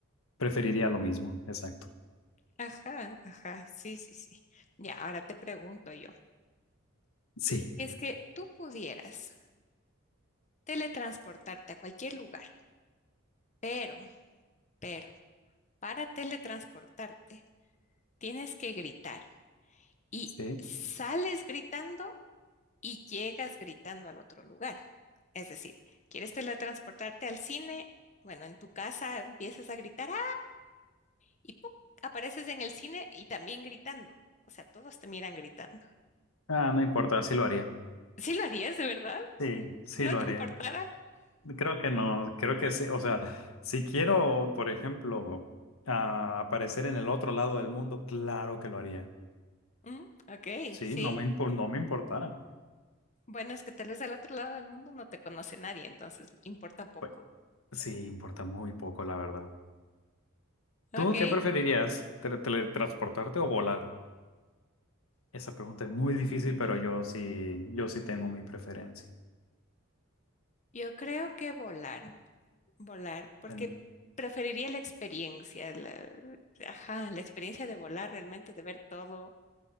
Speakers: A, on the left; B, on the left.
A: preferiría lo mismo, exacto.
B: Ajá, ajá, sí, sí, sí. Ya, ahora te pregunto yo,
A: Sí,
B: si es que tú pudieras teletransportarte a cualquier lugar, pero, pero, para teletransportarte tienes que gritar y
A: sí.
B: sales gritando y llegas gritando al otro lugar. Es decir, quieres teletransportarte al cine, bueno, en tu casa empiezas a gritar, ¡ah! y ¡puc! apareces en el cine y también gritando. O sea, todos te miran gritando.
A: Ah, no importa, sí lo haría.
B: ¿Sí lo harías, de verdad?
A: Sí, sí
B: ¿No
A: lo
B: te
A: haría.
B: importara?
A: Creo que no, creo que sí, o sea, si quiero, por ejemplo, a- aparecer en el otro lado del mundo, claro que lo haría.
B: Mm, ok,
A: Sí,
B: sí.
A: no me impo- no me importara.
B: Bueno, es que tal vez al otro lado del mundo no te conoce nadie, entonces importa poco.
A: Pues, sí, importa muy poco, la verdad.
B: Ok.
A: ¿Tú qué preferirías, ¿Tele- teletransportarte o volar? Esa pregunta es
B: Mm,
A: muy difícil, pero yo sí, yo sí tengo mi preferencia.
B: yo creo que volar, volar, porque
A: En-
B: preferiría la experiencia, la, ajá, la experiencia de volar realmente, de ver todo,